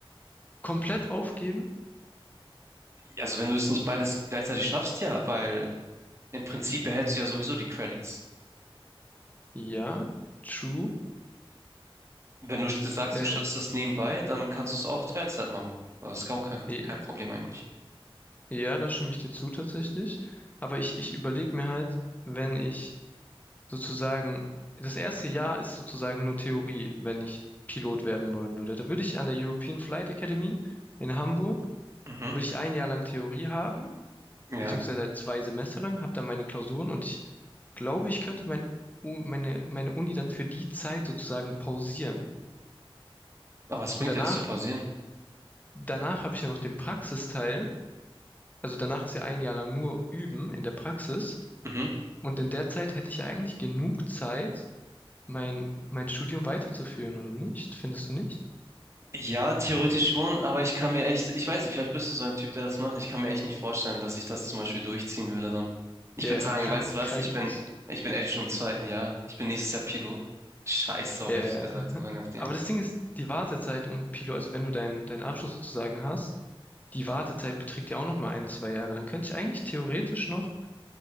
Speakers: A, on the left (about 15°); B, on the right (about 30°).
A: Komplett aufgeben?
B: Also wenn du es nicht beides gleichzeitig schaffst, ja, weil im Prinzip behältst du ja sowieso die Credits.
A: Ja. True.
B: Wenn du sagst,
A: Äh,
B: du schaffst das nebenbei, dann kannst du es auch Teilzeit machen. Das ist auch kein,
A: i-
B: kein Problem eigentlich.
A: ja, da stimme ich dir zu tatsächlich. Aber ich, ich überlege mir halt, wenn ich sozusagen, das erste Jahr ist sozusagen nur Theorie, wenn ich Pilot werden wollen würde. Da würde ich an der European Flight Academy in Hamburg,
B: Mhm,
A: würde ich ein Jahr lang Theorie haben,
B: ja,
A: beziehungsweise halt zwei Semester lang, habe dann meine Klausuren und ich glaube, ich könnte mein, U- meine, meine Uni dann für die Zeit sozusagen pausieren.
B: aber es bringt
A: Und danach,
B: ja, das zu pausieren.
A: danach habe ich ja noch den Praxisteil. Also danach ist ja ein Jahr lang nur Üben in der Praxis.
B: Mhm.
A: Und in der Zeit hätte ich ja eigentlich genug Zeit, mein, mein Studium weiterzuführen, oder nicht? Findest du nicht?
B: Ja, theoretisch schon, aber ich kann mir echt, ich weiß nicht, vielleicht bist du so ein Typ, der das macht. Ich kann mir echt nicht vorstellen, dass ich das zum Beispiel durchziehen würde dann. Ich
A: Ja,
B: würde
A: ja,
B: sagen,
A: krank,
B: weißt du was,
A: krank
B: ich bin,
A: nicht.
B: ich bin echt schon im zweiten Jahr. Ich bin nächstes Jahr Pilot. Scheiß drauf,
A: Ja,
B: hätte
A: ja.
B: ich gesagt,
A: ja. <laughs>
B: so rein auf den.
A: Aber das Ding ist, die Wartezeit um Pilo, also wenn du deinen deinen Abschluss sozusagen hast, die Wartezeit beträgt ja auch noch mal ein, zwei Jahre. Dann könnte ich eigentlich theoretisch noch